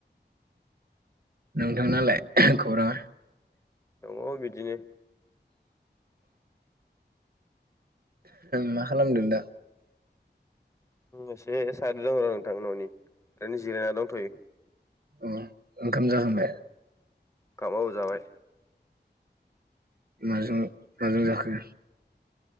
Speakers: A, on the right; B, on the left.
A: नोंथांनालाय खौराङा।
B: दङ बिदिनो।
A: मा खालामदों दा?
B: एसे साइद दं र नोंथां न'नि ओरैनो जिरायना दंथ'यो।
A: उ ओंखाम जाखांबाय?
B: औ जाबाय।
A: माजों माजों जाखो?